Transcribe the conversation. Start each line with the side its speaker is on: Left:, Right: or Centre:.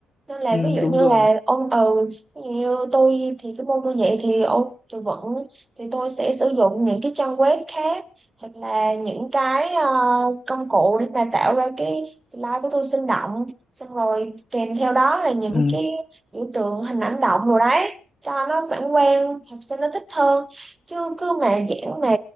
Right: nên là
Left: ừ,
Right: ví dụ
Left: đúng
Right: như
Left: rồi.
Right: là ôn từ ví dụ như tôi thì cái môn tôi dạy thì ôn tôi vẫn thì tôi sẽ sử dụng những cái trang web khác hoặc là những cái ờ, công cụ để mà tạo ra cái slide của tôi sinh động xong rồi kèm theo đó là những
Left: Ừ,
Right: cái biểu tượng hình ảnh động rồi đấy cho nó phản quang học sinh nó thích hơn chứ cứ mà giảng mà